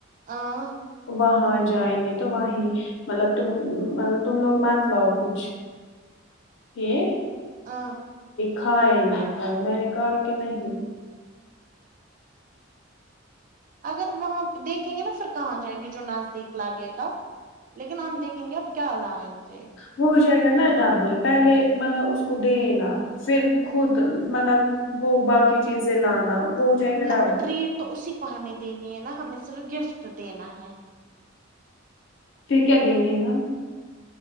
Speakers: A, on the right; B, on the left.
A: آ
B: وہاں جائیں گے تو وہیں مطلب تم مطلب تم لوگ مت لاؤ کچھ یہ
A: ہاں
B: کھائیں گے میں نے کہا کہ نہیں
A: اگر وہاں دیکھیں گے نا پھر کہاں جائیں گے جو نزدیک لگے گا لیکن ہم دیکھیں گے آپ کیا لائیں گے
B: وہ ہو جائے گا نا ڈبل پہلے مطلب اس کو دینا پھر خود مطلب وہ باقی چیزیں لانا وہ جائے گا
A: نہ
B: ڈبل
A: ٹریٹ تو اسی کو ہمیں دینی ہے نا ہمیں صرف گفٹ دینا ہے
B: پھر کیا دیں گے ہم